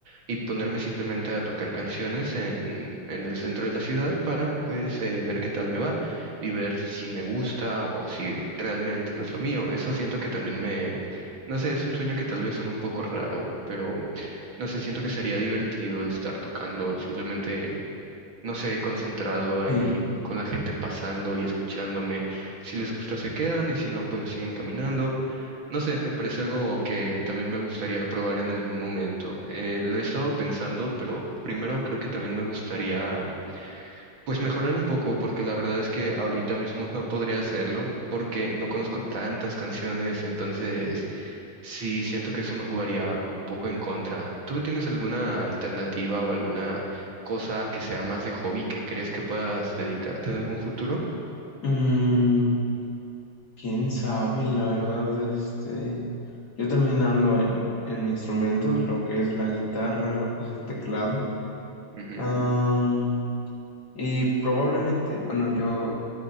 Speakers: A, on the right; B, on the left.
A: y ponerme simplemente a tocar canciones en, en el centro de la ciudad para pues eh, ver qué tal me va y ver si me gusta o si realmente no es lo mío. Eso siento que también me, no sé, es un sueño que tal vez suena un poco raro, pero no sé, siento que sería divertido estar tocando, simplemente, no sé, concentrado ahí
B: sí.
A: con la gente pasando y escuchándome. Si les gusta, se quedan y si no, pues siguen caminando. No sé, me parece algo que también me gustaría probar en algún momento. Eh, lo he estado pensando, pero primero creo que también me gustaría, pues mejorar un poco, porque la verdad es que ahorita mismo <laughs> no podría hacerlo, porque no conozco tantas canciones, entonces... Sí, siento que eso me jugaría un poco en contra. ¿Tú tienes alguna alternativa o alguna cosa que sea más de hobby que crees que puedas dedicarte en algún futuro?
B: Mm, quién sabe, la verdad, este, yo también ando en, en instrumentos, lo que es la guitarra, lo que es el teclado.
A: Ujú,
B: Am, y probablemente, bueno, yo